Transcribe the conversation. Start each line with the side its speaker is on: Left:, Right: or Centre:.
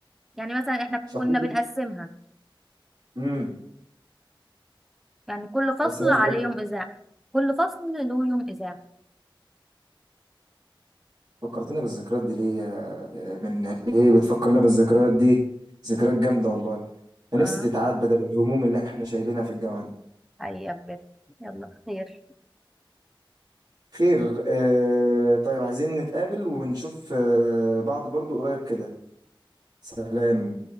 Centre: يعني مثلا احنا
Right: شخصيتك
Centre: كنا بنقسمها
Right: امم
Centre: يعني كل فصل
Right: بس انا
Centre: عليه
Right: ازاي
Centre: يوم إذاعة كل فصل له يوم إذاعة
Right: فكرتنا بالذكريات دي ليه يا- يا من ليه بتفكرنا بالذكريات دي ذكريات جامده والله انا
Centre: اه
Right: نفسي تتعاد بدل الهموم اللي احنا شايلينها في الجامعه دي
Centre: حقيقة بجد يلا خير
Right: خير آه طيب عايزين نتقابل ونشوف آه بعض برضو قريب كده سلام